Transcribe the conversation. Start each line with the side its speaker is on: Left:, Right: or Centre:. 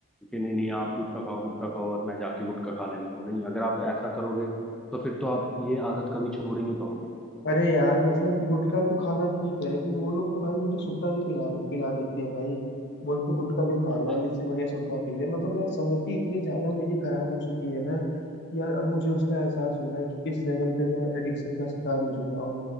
Centre: कि नहीं नहीं आप गुटखा खाओ गुटखा खाओ और मैं जाके गुटखा खाने लगूँ नहीं अगर आप ऐसा करोगे तो फिर तो आप ये आदत कभी छोड़ ही नहीं पाओगे
Left: अरे यार मतलब गुटखा तो खाना ठीक है लेकिन वो लोग तो भाई मुझे सुट्टा भी पिला दे, पिला देते हैं भाई बोलते गुटखा क्यों खाएगा
Centre: हाँ
Left: इससे बढ़िया सुट्टा पी ले मतलब यार संगति इतनी ज्यादा मेरी खराब हो चुकी है ना कि यार अब मुझे उसका एहसास हो रहा है कि किस लेवल पे मैं एडिक्शन का शिकार हो चुका हूँ